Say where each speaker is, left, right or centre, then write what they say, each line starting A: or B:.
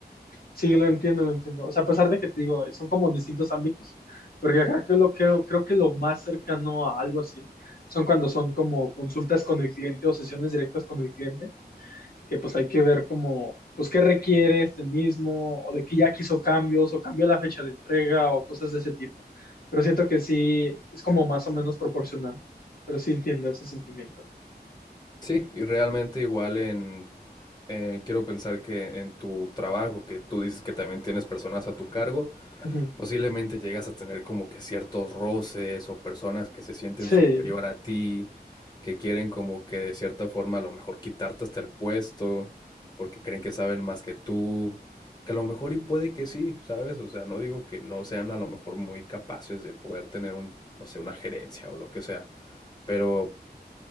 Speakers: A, on the left; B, on the left.
A: Sí, lo entiendo, lo entiendo. O sea, a pesar de que te digo, son como distintos ámbitos, porque creo que lo que creo que lo más cercano a algo así son cuando son como consultas con el cliente o sesiones directas con el cliente, que pues hay que ver como, pues qué requiere este mismo, o de que ya quiso cambios, o cambió la fecha de entrega, o cosas de ese tipo. Pero siento que sí, es como más o menos proporcional, pero sí entiendo ese sentimiento.
B: Sí, y realmente igual en, eh, quiero pensar que en tu trabajo, que tú dices que también tienes personas a tu cargo,
A: Ujú.
B: Posiblemente llegas a tener como que ciertos roces o personas que se sienten
A: Sí.
B: superior a ti, que quieren como que de cierta forma a lo mejor quitarte hasta el puesto, porque creen que saben más que tú, que a lo mejor y puede que sí, ¿sabes? O sea, no digo que no sean a lo mejor muy capaces de poder tener un, no sé, una gerencia o lo que sea, pero